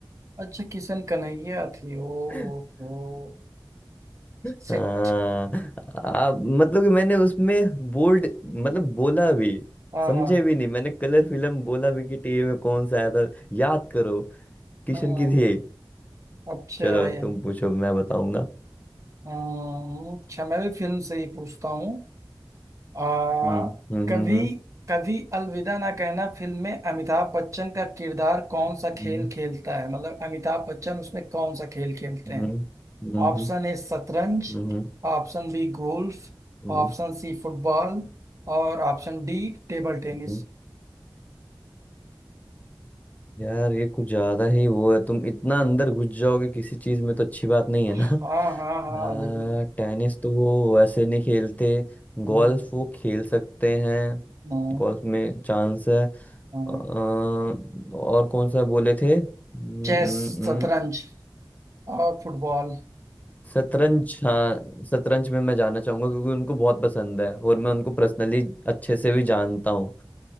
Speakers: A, on the right; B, on the left.
A: अच्छा किशन कन्हैया थी ओ
B: <laughs>
A: ओ
B: हाँ
A: सिट
B: आ, मतलब कि मैंने उसमें बोल्ड मतलब बोला भी
A: हाँ
B: समझे
A: हाँ
B: भी नहीं मैंने कलर फिल्म बोला भी कि टीवी में कौन सा आया था याद करो किशन
A: हाँ
B: की थी ये।
A: अच्छा
B: चलो
A: यार
B: तुम पूछो मैं बताऊंगा
A: हाँ, अच्छा मैं भी फिल्म से ही पूछता हूँ आ
B: हम्म हम्म
A: कभी
B: हम्म
A: कभी अलविदा ना कहना फिल्म में अमिताभ बच्चन का किरदार कौन सा
B: हम्म
A: खेल खेलता है मतलब अमिताभ बच्चन उसमें कौन सा खेल खेलते
B: हम्म
A: हैं
B: हम्म
A: ऑप्शन ए शतरंज
B: हम्म
A: Option B golf
B: हम्म
A: Option C football और ऑप्शन डी टेबल टेनिस
B: हम्म यार ये कुछ ज्यादा ही वो है तुम इतना अंदर घुस जाओगे किसी चीज में तो अच्छी बात नहीं है
A: हाँ
B: ना
A: हाँ हाँ
B: हाँ
A: जरूर
B: टेनिस तो वो वैसे नहीं खेलते
A: हम्म,
B: गोल्फ वो खेल सकते हैं
A: हाँ
B: गोल्फ में चांस है
A: हाँ
B: अ, और कौन सा बोले थे हम्म,
A: चेस
B: हम्म, हम्म,
A: शतरंज और फुटबॉल
B: शतरंज हाँ शतरंज में मैं जाना चाहूंगा क्योंकि उनको बहुत पसंद है और मैं उनको पर्सनली अच्छे से भी जानता हूँ